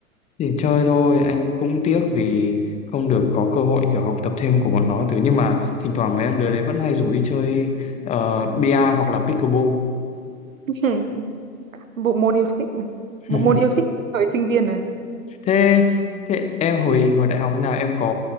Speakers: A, on the left (about 15°); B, on the right (about 65°).
A: Thì chơi thôi, anh cũng tiếc vì không được có cơ hội kiểu học tập thêm của bọn nó thứ nhưng mà thỉnh thoảng mấy em đứa đấy vẫn hay rủ đi chơi ờ, bia hoặc là pickleball.
B: <laughs> Bộ môn yêu thích, này.
A: <laughs>
B: bộ môn yêu thích thời sinh viên này.
A: Thế thế em hồi hồi đại học thế nào em có